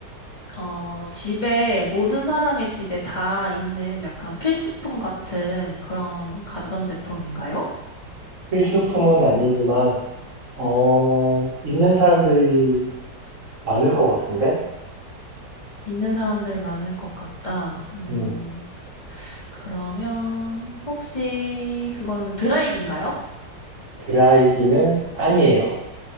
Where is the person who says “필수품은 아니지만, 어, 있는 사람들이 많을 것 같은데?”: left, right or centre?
Right